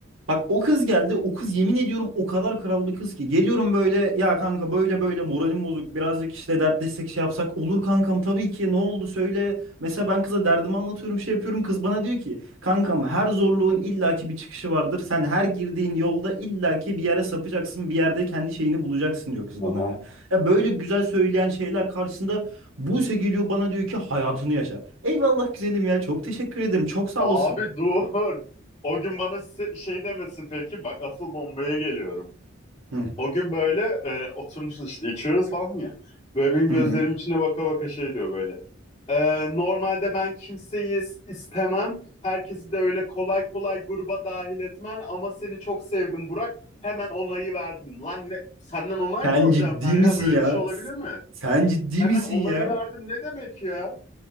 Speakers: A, on the right; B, on the left.
A: Bak o kız geldi. O kız yemin ediyorum o kadar kral bir kız ki. Geliyorum böyle ya kanka böyle böyle moralim bozuk. Birazcık işte dertleşsek şey yapsak. Olur kankam tabii ki ne oldu söyle. Mesela ben kıza derdimi anlatıyorum şey yapıyorum. Kız bana diyor ki kankam her zorluğun illaki bir çıkışı vardır. Sen her girdiğin yolda illaki bir yere sapacaksın. Bir yerde kendi şeyini bulacaksın diyor kız
B: Aha.
A: bana ya. Ya böyle güzel söyleyen şeyler karşısında Buse geliyor bana diyor ki hayatını yaşa. Eyvallah güzelim ya çok teşekkür ederim çok sağ
B: Abi
A: olasın.
B: dur. O gün bana se- şey demesi peki. Bak asıl bombaya geliyorum.
A: Hı
B: O gün böyle e, oturmuşuz işte içiyoruz falan ya. Böyle benim gözlerim
A: hı hı.
B: içine baka baka şey diyor böyle. E, normalde ben kimseyi is- istemem. Herkesi de öyle kolay kolay gruba dahil etmem. Ama seni çok sevdim Burak. Hemen onayı verdim. Lan ne, senden onay
A: Sen
B: mı alacağım
A: ciddi
B: ben ya?
A: misin
B: Böyle
A: ya?
B: bir şey olabilir mi?
A: Sen ciddi
B: Hemen
A: misin
B: onayı
A: ya?
B: verdim ne demek ya?